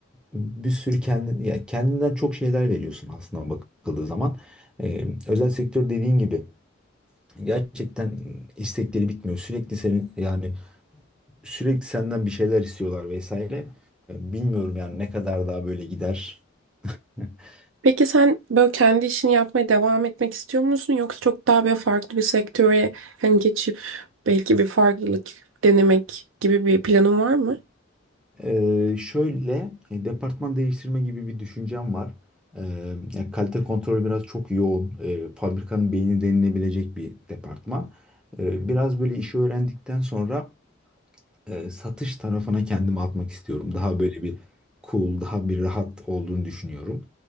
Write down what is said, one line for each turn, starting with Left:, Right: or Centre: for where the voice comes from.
Centre: bir sürü kendin, ya kendinden çok şeyler veriyorsun aslında bakıldığı zaman. Ee, özel sektör dediğin gibi gerçekten istekleri bitmiyor. Sürekli senin yani sürekli senden bir şeyler istiyorlar vesaire. Ee, Bilmiyorum yani ne kadar daha böyle gider. <laughs>
Right: Peki sen böyle kendi işini yapmaya devam etmek istiyor musun yoksa çok daha böyle farklı bir sektöre hani geçip belki bir farklılık denemek gibi bir planın var mı?
Centre: Ee, şöyle e, departman değiştirme gibi bir düşüncem var. Ee, ya kalite kontrol biraz çok yoğun. Ee, fabrikanın beyni denilebilecek bir departman. Ee, biraz böyle işi öğrendikten sonra e, satış tarafına kendimi atmak istiyorum. Daha böyle bir cool, daha bir rahat olduğunu düşünüyorum.